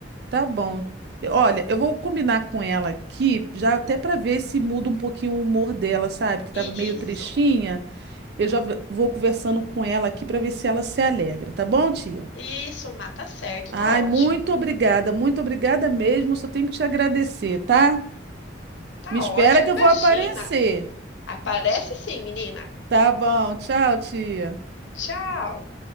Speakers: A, on the right; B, on the left.
A: tá bom. Olha, eu vou combinar com ela aqui, já até para ver se muda um pouquinho o humor dela, sabe? Que
B: Isso,
A: tava meio tristinha. Eu já v- vou conversando com ela aqui para ver se ela se alegra, tá bom, tia?
B: isso, Má, tá certo,
A: Ai,
B: tá ótimo.
A: muito obrigada, muito obrigada mesmo. Só tenho que te agradecer, tá?
B: Tá
A: Me espera
B: ótimo,
A: que
B: imagina.
A: eu vou aparecer.
B: Aparece sim, menina.
A: Tá bom, tchau, tia.
B: Tchau.